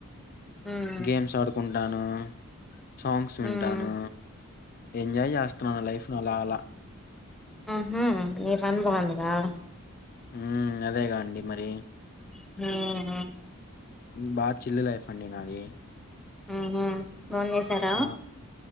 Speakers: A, in the centre; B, on the left.
A: మ్మ్
B: గేమ్స్ ఆడుకుంటాను సాంగ్స్ వింటాను
A: మ్మ్
B: ఎంజాయ్ చేస్తున్నాను లైఫ్ ను అలా అలా
A: ఆహా మీ పని బాగుందిగా
B: ఉ అదేగా అండి మరి
A: హ్
B: బా చిన్న లైఫ్ అండి నాది
A: హ్ హ్ భోంజేశార
B: ఆ